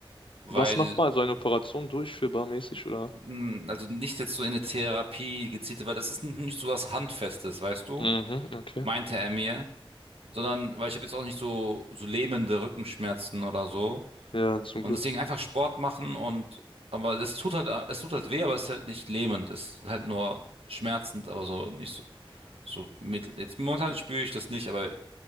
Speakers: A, on the right (about 90°); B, on the left (about 65°).
A: weil
B: Was machbar? Also eine Operation durchführbar mäßig oder?
A: mh, also nicht jetzt so in eine Therapie gezielte, weil das ist nicht nicht so was Handfestes, weißt du?
B: Mhm, okay.
A: Meinte er mir, sondern weil ich habe jetzt auch nicht so so lähmende Rückenschmerzen oder so
B: Ja, zum
A: und
B: Glück.
A: deswegen einfach Sport machen und aber es tut halt es tut halt weh, aber es ist halt nicht lähmend, es ist halt nur schmerzend, aber so nicht so so mittel. Jetzt momentan spüre ich das nicht, aber